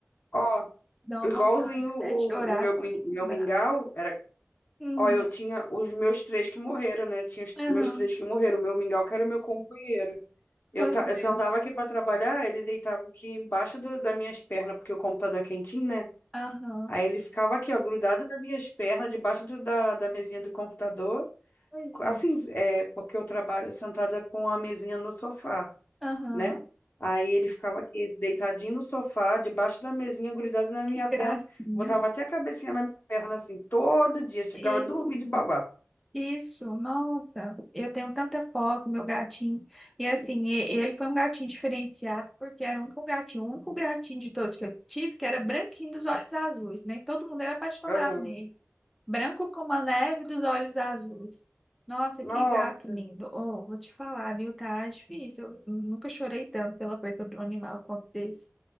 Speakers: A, on the left (about 45°); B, in the centre.
A: ó.
B: dá
A: Igualzinho
B: uma vontade até
A: o,
B: de chorar
A: o meu,
B: só
A: min-
B: de
A: meu
B: lembrar.
A: mingau era.
B: Uhum.
A: Ó, eu tinha os meus três que morreram, né? Tinha os
B: Aham.
A: meus três que morreram. O meu mingau que era o meu companheiro. Eu,
B: Pois
A: ta- eu
B: é.
A: sentava aqui para trabalhar, ele deitava aqui embaixo do- das minhas pernas, porque o computador é quentinho, né?
B: Aham.
A: Aí ele ficava aqui, ó, grudado nas minhas pernas, debaixo do- da, da mesinha do computador.
B: Pois
A: Assim,
B: é.
A: é, porque eu trabalho sentada com a mesinha no sofá
B: Aham.
A: né? Aí ele ficava aqui, deitadinho no sofá, debaixo da mesinha, grudado na minha
B: Que gracinha.
A: perna. Botava até a cabecinha na minha perna, assim, todo dia. Chegava
B: Isso.
A: a dormir de babar.
B: Isso. Nossa, eu tenho tanta foto, meu gatinho. E assim, e- ele foi um gatinho diferenciado, porque era o único gatinho, o único gatinho de todos que eu tive, que era branquinho dos olhos azuis, né? Todo mundo era apaixonado
A: Aham.
B: nele. Branco como a neve dos olhos azuis. Nossa,
A: Nossa.
B: que gato lindo. Oh, vou te falar, viu? Tá difícil. Eu nunca chorei tanto pela perda do animal quanto desse.